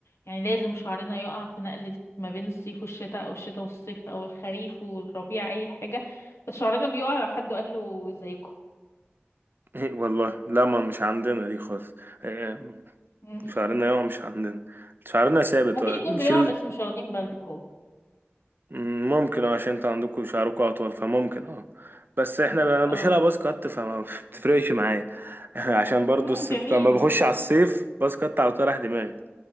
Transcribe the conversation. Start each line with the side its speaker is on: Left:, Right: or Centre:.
Left: يعني لازم شعرنا يقع في نقلة ما بين الصيف والشتاء او الشتاء والصيف او الخريف والربيع اي حاجة بس شعرنا بيقع لو حد قال له زيكم
Right: <laughs> والله لا ما مش عندنا دي خالص إيه،
Left: مم.
Right: شعرنا يقع مش عندنا شعرنا ثابت
Left: ممكن
Right: آه،
Left: يكون
Right: بنشيله
Left: بيقع بس مش واخدين بالكم
Right: مم، ممكن اه عشان انتوا عندكوا شعركوا اطول فممكن اه بس احنا ب- انا
Left: اه
Right: بشيلها باص كات فما بتفرقش معايا <laughs> عشان برضه
Left: مم،
Right: الصيف
Left: جميل
Right: لما بخش على الصيف باص كات على طول رايح دماغي